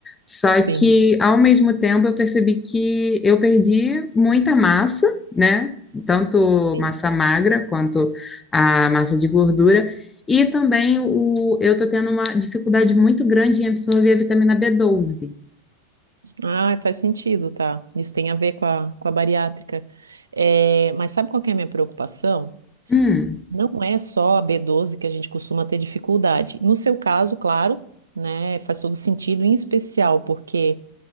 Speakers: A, on the left; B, on the right.
A: Só
B: sim,
A: que ao mesmo tempo eu percebi que eu perdi muita massa, né? Tanto
B: sim.
A: massa magra quanto a massa de gordura. E também o, eu tô tendo uma dificuldade muito grande em absorver a vitamina B12.
B: Ah, faz sentido, tá? Isso tem a ver com a, com a bariátrica. É, mas sabe qual que é a minha preocupação?
A: Hum,
B: Não é só a b doze que a gente costuma ter dificuldade. No seu caso, claro, né? Faz todo sentido, em especial porque